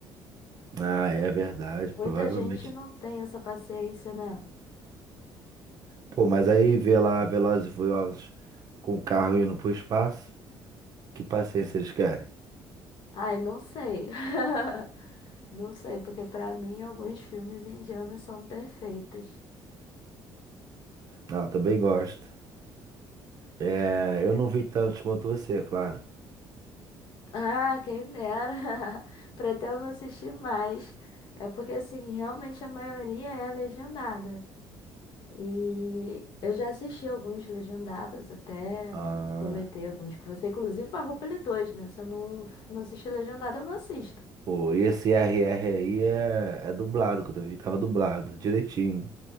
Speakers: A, on the right (about 45°); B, on the left (about 65°).
A: Ah, é verdade,
B: Muita
A: provavelmente
B: gente não tem essa paciência, né?
A: Pô, mas aí vê lá Velozes e Furiosos com o carro indo pro espaço. Que paciência eles querem?
B: Ai, não sei. <laughs> Não sei, porque pra mim alguns filmes indianos são perfeitos.
A: Ah, eu também gosto. É, eu não vi tantos quanto você, claro.
B: Ah, quem dera. <laughs> Pretendo assistir mais. É porque, assim, realmente a maioria é legendada. E eu já assisti alguns legendados até,
A: Ah,
B: né? Comentei alguns com você, inclusive Barroupilha 2, né? Se eu não, não assistir legendado, eu não assisto.
A: pô, e esse R R aí é, é dublado, quando eu vi tava dublado, direitinho.